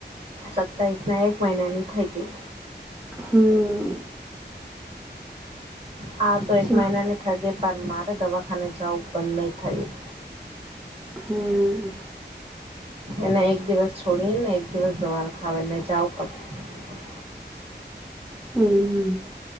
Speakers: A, on the right; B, in the centre.
A: સતાઈસના એક મહિનાની થઈ ગઈ.
B: હમ્મ.
A: હા તો
B: ઠીક
A: એક મહિનાની થઈ ગઈ પન મારે દવાખાને જાવું બંધ નહીં થયું.
B: હમ્મ.
A: એને એક દિવસ છોડીને એક દિવસ દવાખાને જાવું પડતું.
B: હમ્મ.